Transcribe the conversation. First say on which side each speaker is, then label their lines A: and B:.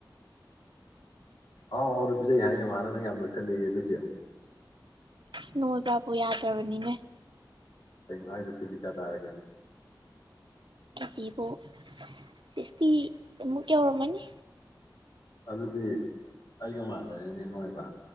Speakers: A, on the left; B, on the right.
A: ꯑꯥꯎ ꯑꯧꯕꯤꯖꯩ ꯍꯥꯏꯅ ꯃꯥꯅ ꯅꯪ ꯌꯥꯝꯅ ꯈꯜꯂꯛꯑ ꯑꯗꯨꯗꯤ
B: ꯑꯁ ꯅꯣꯕ꯭ꯔꯥꯄ ꯌꯥꯗ꯭ꯔꯕꯅꯤꯅꯦ
A: ꯀꯩꯅ ꯍꯥꯏꯗ ꯊꯤꯖꯤ ꯀꯌꯥ ꯆꯥꯔꯒꯦ
B: ꯖꯤꯕꯨ ꯁꯁꯤ ꯃꯨ ꯀꯌꯥꯔꯃꯅꯤ
A: ꯑꯗꯨꯗꯤ ꯑꯩꯒ ꯃꯥꯟꯗꯔꯤꯅꯦ ꯅꯣꯏꯕ